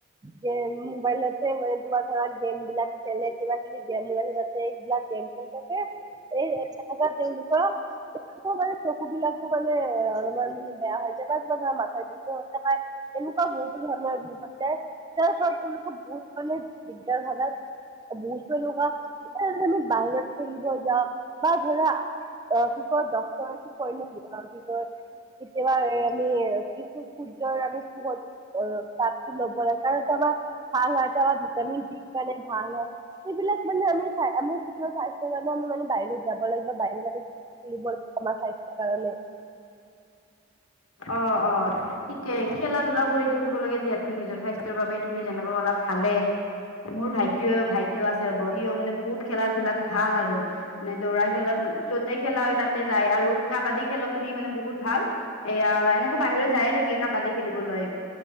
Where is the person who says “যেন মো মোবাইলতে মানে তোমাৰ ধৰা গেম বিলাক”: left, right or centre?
Right